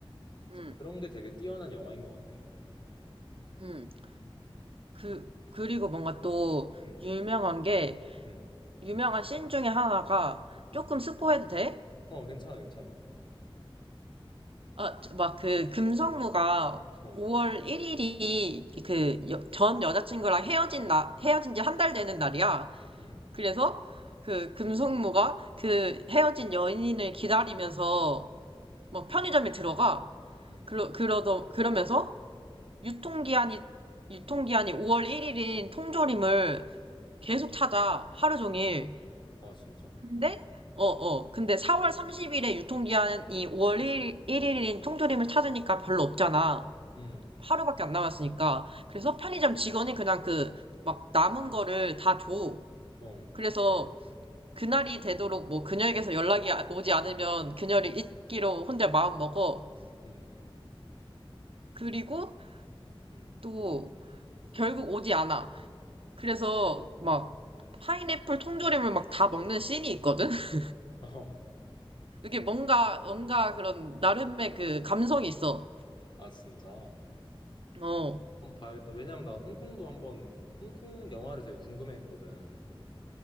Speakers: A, on the left; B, on the right.
A: 그래서
B: 응,
A: 그런 게 되게 뛰어난 영화인 것 같아.
B: 응.
A: 음,
B: 그, 그리고 뭔가 또
A: 음,
B: 유명한 게,
A: 음,
B: 유명한 씬 중에 하나가, 조금
A: 음.
B: 스포해도 돼?
A: 어, 괜찮아, 괜찮아.
B: 아, 막 그 금성무가
A: 어,
B: 5월 1일이 그 전 여자친구랑 헤어진 나, 헤어진 지 한 달 되는 날이야.
A: 음,
B: 그래서 그 금성무가 그 헤어진 연인을 기다리면서 뭐
A: 음,
B: 편의점에 들어가.
A: 음.
B: 그러, 그러더, 그러면서 유통기한이, 유통기한이 5월 1일인 통조림을 계속 찾아. 하루 종일.
A: 아, 진짜?
B: 근데
A: 음,
B: 어,
A: 음,
B: 어. 근데 4월 30일에 유통기한이 5월 1일, 일인 통조림을 찾으니까 별로 없잖아.
A: 음,
B: 하루밖에 안 남았으니까. 그래서
A: 그치.
B: 편의점 직원이 그냥 그, 막 남은 거를 다 줘.
A: 어,
B: 그래서 그날이 되도록 뭐 그녀에게서 연락이 아- 오지 않으면 그녀를 잊기로 혼자 마음 먹어.
A: 음,
B: 그리고
A: 음, 음.
B: 또 결국 오지 않아. 그래서 막 파인애플 통조림을 막 다 먹는 씬이 있거든? <laughs>
A: 어,
B: 이게 뭔가, 뭔가 그런 나름의 그 감성이 있어.
A: 아, 진짜.
B: 어,
A: 한번 봐야겠다. 왜냐면 나 홍콩도 한번, 홍콩 영화를 되게 궁금해했거든.